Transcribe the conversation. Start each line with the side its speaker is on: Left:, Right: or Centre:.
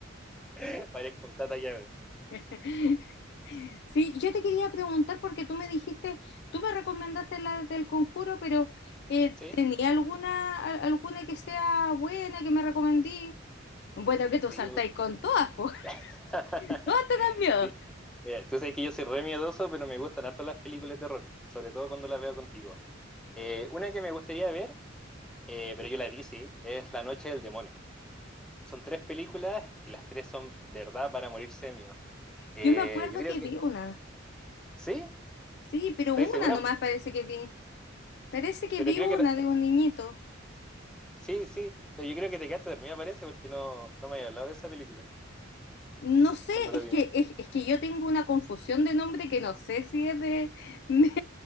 Centre: <laughs> Parezco un tata llave.
Left: <laughs> Sí, yo te quería preguntar porque tú me dijiste, tú me recomendaste la del Conjuro, pero eh,
Centre: ¿Sí?
Left: ¿tenía alguna, al- alguna que sea buena que me recomendí? Bueno, que
Centre: Sí,
Left: tú saltáis
Centre: po.
Left: con todas, po. <laughs>
Centre: <laughs>
Left: Todas te dan miedo.
Centre: Sí. Mira, tú sabes que yo soy re miedoso, pero me gustan harto las películas de terror, sobre todo cuando las veo contigo. Eh, una que me gustaría ver, eh, pero yo la vi, sí, es La Noche del Demonio. Son tres películas y las tres son de verdad para morirse de miedo. Eh,
Left: Yo me acuerdo
Centre: yo creo
Left: que vi
Centre: que.
Left: una,
Centre: ¿Sí?
Left: sí, pero
Centre: ¿Estáis
Left: una
Centre: segura?
Left: nomás parece que vi. Parece que
Centre: Pero
Left: vi
Centre: creo
Left: una
Centre: que. ta-
Left: de un niñito.
Centre: Sí, sí. Pero yo creo que te quedaste dormida, parece, porque no, no me había hablado de esa película
Left: No sé,
Centre: cuando
Left: es
Centre: la vimos.
Left: que, es, es que yo tengo una confusión de nombre que no sé si es de, de,